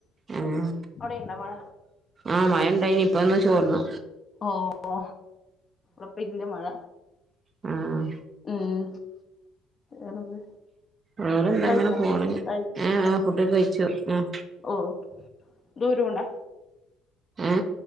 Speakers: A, on the right; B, on the left.
A: ആഹ്
B: അവിടെയുണ്ടോ മഴ
A: ആഹ് മഴ ഉണ്ടായിനി ഇപ്പൊമൊന്നുതോർന്നു
B: ഓ ഓ ഇപ്പമില്ല മഴ
A: ഉം
B: ഉം ഏതുണ്ട്
A: വേറെന്താ
B: കഴിച്ചോ,
A: അങ്ങനെ പോണ്
B: കഴിച്ചു.
A: ഏഹ് ആഹ് ഫുഡൊക്കെ കഴിച്ചു ഉം
B: ഓ ദൂരമുണ്ടാ
A: ഏ..